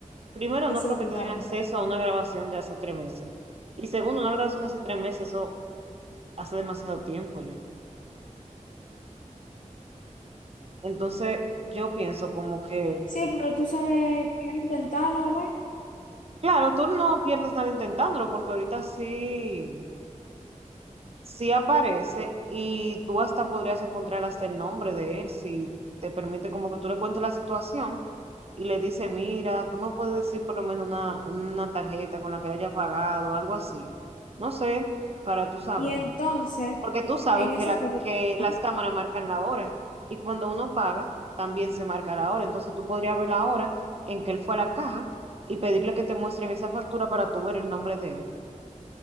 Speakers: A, on the right; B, on the left.
A: primero,
B: Eso
A: no creo
B: es lo
A: que
B: que yo
A: tengan
B: estaba
A: acceso
B: pensando.
A: a una grabación de hace tres meses. Y segundo, una grabación de hace tres meses, eso hace demasiado tiempo ya. Entonces, yo pienso como que,
B: Sí, pero tú sabes, quiero intentarlo a ver.
A: claro, tú no pierdes nada intentándolo, porque ahorita sí. Sí aparece y tú hasta podrías encontrar hasta el nombre de él si te permite como que tú le cuentes la situación y le dices, mira, tú me puedes decir por lo menos una, una tarjeta con la que le haya pagado, algo así. No sé, para tú saber.
B: Y entonces,
A: Porque tú sabes
B: en
A: que,
B: ese
A: la,
B: cor-
A: que
B: Ajá,
A: las cámaras marcan la hora y cuando uno paga también se marca la hora. Entonces tú podrías ver la hora en que él fue a la caja y pedirle que te muestren esa factura para tú ver el nombre de él.